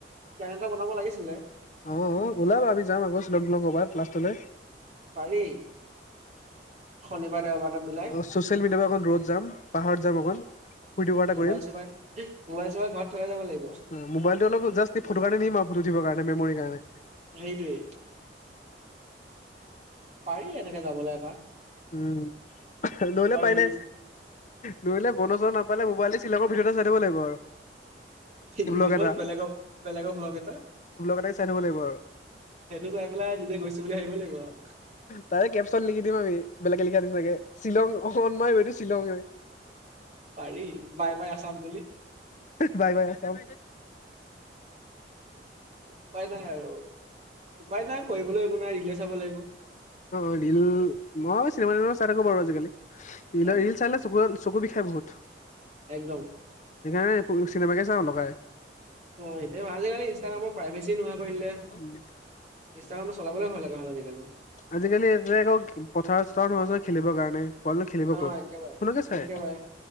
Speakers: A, on the right; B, on the left.
A: প্লেন এটা বনাব লাগিছিলে।
B: অ অ, ওলাবা আমি যাম আকৌ শ্বিলং-টিলং ক'বাত, লাষ্টলে।
A: পাৰি, শনিবাৰ দেওবাৰ এটা মিলাই
B: অ চচিয়েল মিডিয়াৰ পৰা অকণ দূৰত যাম, পাহাৰত যাম অকণ, ফুৰ্টি- ফাৰ্টা কৰিম।
A: <unintelligible> মোবাইল-চোবাইল ঘৰত থৈয়ে যাব লাগিব।
B: উম মোবাইলটো অলপ জাষ্ট এই ফটো কাৰণে নিম আৰু ফটো উঠিব কাৰণে, মেমোৰি কাৰণে।
A: সেইটোৱেই। পাৰি এনেকে যাবলে এপাক।
B: উম নহ'লে পাৰিলে,
A: ৰিলচ
B: নহ'লে মনোৰঞ্জন নাপালে মোবাইলটে শ্বিলঙৰ ভিডিওটে চাই থাকিব লাগিব আৰু।
A: ইউটিউবত
B: ব্লগ এটা,
A: বেলেগক বেলেগৰ ভ্লগ এটা
B: ব্লগ এটাকে চাই থাকিব লাগিব আৰু।
A: সেইটো চাই পেলাই নিজে গৈছো বুলি ভাবিব লাগিব আৰু
B: তাৰে কেপচন লিখি দি ম আমি বেলেগে লিখা নিচিনাকে শ্বিলং অনমাই ওৱেএ টো শ্বিলং।
A: পাৰি বাই, বাই, আচাম বুলি।
B: বাই, বাই, আছাম
A: উপায় নাই আৰু উপায় নাই কৰিবলৈ, একো নাই ৰিলে চাব লাগিব।
B: অ, অ, ৰিল মই চিনেমা-তিনেমা চাই থাকোঁ বাৰু, আজিকালি। ৰিলৰ,
A: অ
B: ৰিল চালে চকু, চকু বিষাই বহুত।
A: একদম।
B: সেইকাৰণে চিনেমাকে, চাওঁ লগাই।
A: অ, এতিয়া ভালে হ'ল ইনষ্টাগ্ৰামৰ, প্ৰাইভেচি নোহোৱা কৰি দিলে।
B: উম,
A: ইনষ্টাগ্ৰাম চলাবলৈ ভয় লগা হ'ল, আজিকালি।
B: আজিকালি এ, আকৌ পথাৰ-চথাৰ নোহোৱা হ'ল, আছে ন, খেলিবৰ কাৰণে। বলনো, খেলিব
A: অ
B: ক'ত,
A: একেবাৰে
B: ফোনকে চাই,
A: একেবাৰে